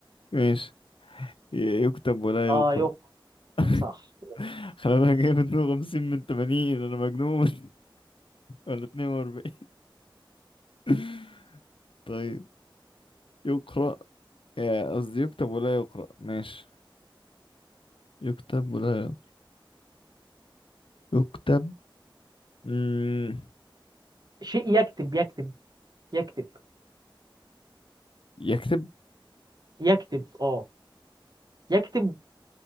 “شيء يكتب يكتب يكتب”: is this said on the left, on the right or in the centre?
Right